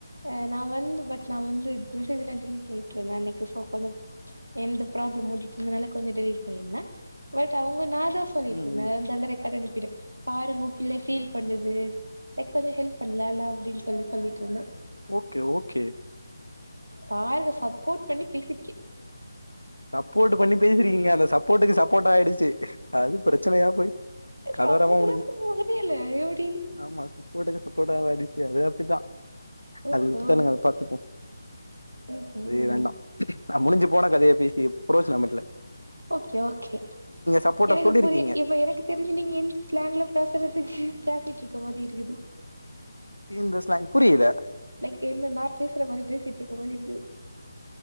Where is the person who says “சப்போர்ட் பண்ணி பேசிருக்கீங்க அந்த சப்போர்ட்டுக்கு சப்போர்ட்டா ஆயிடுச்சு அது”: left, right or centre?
Left